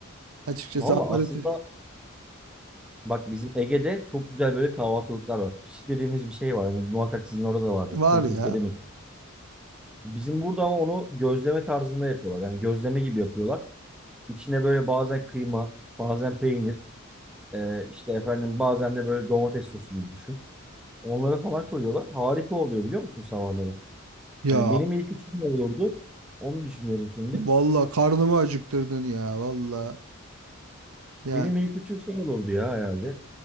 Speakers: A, on the right (about 85°); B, in the centre.
A: Açıkçası
B: Valla
A: aparatif
B: aslında bak bizim Ege'de çok güzel böyle kahvaltılıklar var. Pişi dediğimiz bir şey var. Yani muhakkak sizin orada da vardır.
A: var
B: Tüm
A: ya.
B: Türkiye'de mi? Bizim burada ama onu gözleme tarzında yapıyorlar. Yani gözleme gibi yapıyorlar. İçine böyle bazen kıyma, bazen peynir, e, işte efendim bazen de böyle domates sosu gibi düşün. Onları falan koyuyorlar. Harika oluyor biliyor musun sabahları?
A: Ya
B: Yani benim ilk üçüm ne olurdu? Onu düşünüyorum şimdi.
A: valla karnımı acıktırdın ya valla. Ya
B: Benim ilk üçüm şey olurdu ya herhalde.